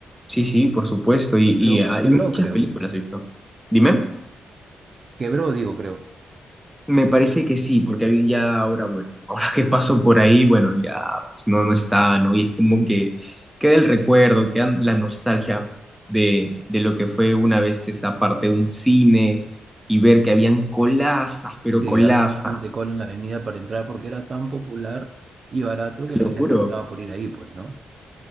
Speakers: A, in the centre; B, on the right.
A: sí, sí, por supuesto, y, y
B: Pero
A: hay
B: quebró,
A: muchas
B: creo.
A: películas, ¿has visto? Dime.
B: Quebró, digo, creo.
A: Me parece que sí, porque ahí ya ahora, bueno, <laughs> ahora que paso por ahí, bueno, ya pues, no, no está, ¿no? Y es como que queda el recuerdo, queda la nostalgia de, de lo que fue una vez esa parte, un cine, y ver que habían colazas, pero
B: Sí,
A: colazas,
B: había bastante cola en la avenida para entrar porque era tan popular y barato
A: te
B: que la
A: lo
B: gente
A: juro.
B: optaba por ir ahí, pues, ¿no?